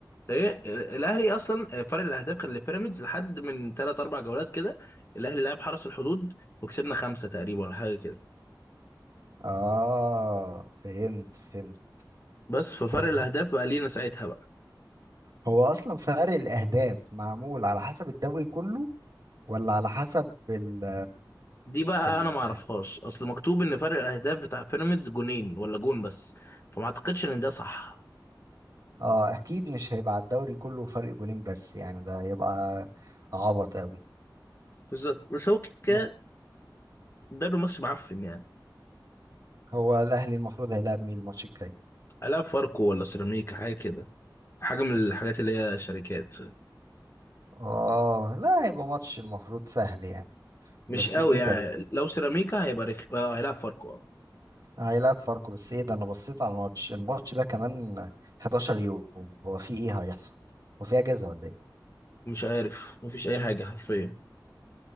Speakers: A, on the left; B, on the right.
A: ايه ال- الاهلي اصلا فرق الاهداف كان لبيراميدز لحد من ثلاث اربع جولات كده الاهلي لعب حرس الحدود وكسبنا خمسه تقريبا ولا حاجه كده
B: اه فهمت فهمت
A: بس ففرق
B: طب
A: الاهداف
B: هو
A: بقى لينا ساعتها بقى
B: هو اصلا فرق الاهداف معمول على حسب الدوري كله ولا على حسب ال
A: دي بقى
B: ال
A: انا ما اعرفهاش اصل مكتوب ان فرق الاهداف بتاع بيراميدز جونين ولا جون بس فما اعتقدش ان ده صح
B: اه اكيد مش هيبقى على الدوري كله فرق جونين بس يعني ده هيبقى عبط قوي
A: بالظبط بس هو كده
B: بص
A: ده ماتش معفن يعني
B: هو الاهلي المفروض هيلعب مين الماتش الجاي
A: الا فاركو ولا سيراميكا حاجه كده حاجه من الحاجات اللي هي شركات
B: اه لا هيبقى ماتش المفروض سهل يعني
A: مش
B: بس
A: قوي
B: ايه
A: يعني
B: ده
A: لو سيراميكا هيبقى رخ اه هيلعب فاركو اه
B: هيلاعب فاركو بس ايه ده انا بصيت على الماتش الماتش ده كمان 11 يوم هو في ايه هيحصل هو في اجازة ولا ايه
A: مش عارف مفيش اي حاجه حرفيا